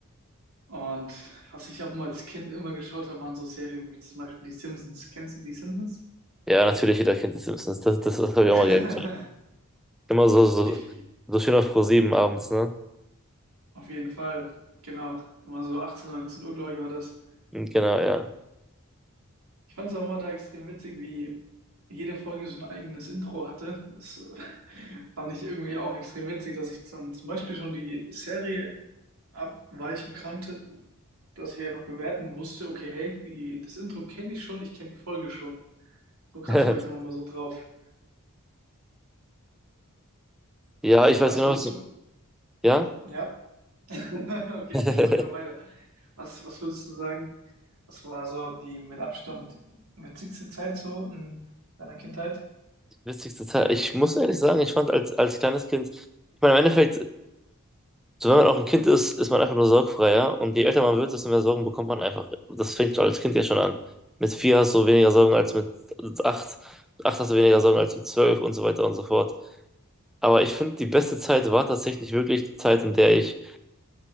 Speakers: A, on the right (about 80°); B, in the centre.
A: Und was ich auch mal als Kind immer geschaut habe, waren so Serien wie zum Beispiel die Simpsons. Kennst du die Simpsons?
B: Ja, natürlich, jeder kennt die Simpsons. Das, das, das habe ich
A: <laughs>
B: auch mal gerne. Immer so, so,
A: Ich, ich
B: so schön auf ProSieben abends, ne?
A: auf jeden Fall, genau. Immer so 18, 19 Uhr, glaube ich, war das.
B: Genau, ja.
A: Ich fand es auch immer da extrem witzig, wie jede Folge so ein eigenes Intro hatte. Das äh, <laughs> fand ich irgendwie auch extrem witzig, dass ich dann zum Beispiel schon die Serie abweichen kannte, dass ich einfach bewerten wusste, okay, hey, die, das Intro kenne ich schon, ich kenne die Folge schon. So krass
B: <laughs>
A: war ich dann immer so drauf.
B: Ja, ich weiß
A: Was
B: genau,
A: würdest
B: was du.
A: du,
B: Ja?
A: ja, <laughs> Okay,
B: <laughs>
A: dann mach ich mal weiter. Was, was würdest du sagen? Was war so die mit Abstand witzigste Zeit so in deiner Kindheit?
B: Witzigste Zeit. Ich muss ehrlich sagen, ich fand als, als kleines Kind, ich meine, im Endeffekt, so wenn man auch ein Kind ist, ist man einfach nur sorgfreier. Und je älter man wird, desto mehr Sorgen bekommt man einfach. Das fängt als Kind ja schon an. Mit vier hast du weniger Sorgen als mit acht. Mit acht hast du weniger Sorgen als mit zwölf und so weiter und so fort. Aber ich finde, die beste Zeit war tatsächlich wirklich die Zeit, in der ich